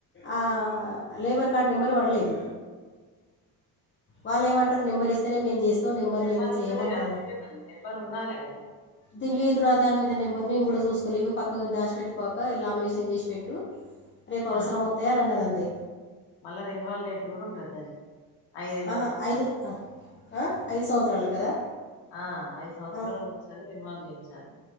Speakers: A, on the left (about 30°); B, on the left (about 75°).
A: ఆ లేబర్ కార్డ్ నెంబర్ పడలేదు వాళ్ళు ఏమంటారు నెంబర్ ఇస్తేనే మేము చేస్తాం నెంబర్
B: నెంబారు
A: లేనిది చేయమంటారు
B: ఉంటది కదా నెంబర్ ఉండా ద
A: తెలీదు రా దాని మీద నెంబర్ నేను కూడా చూసుకోలివి ఇవి పక్కక్ దాష్ పెట్టుకోక్క లామినేషన్ చేసి పెట్టు రేపు
B: ఆ
A: అవసరం వత్తాయ్ అని అన్నదంతే
B: మళ్ళా రిన్వాల్ రేట్ కూడా ఉంటది దానికి ఐదేళ్ళకి
A: ఆహా
B: ఒకసారి
A: ఐదు ఆ ఐదు సంవత్సరాలు కదా
B: ఆ ఐదు సంవత్సరలుకు
A: ఆ,
B: ఒకసారి రెన్వాల్ చేయించాలి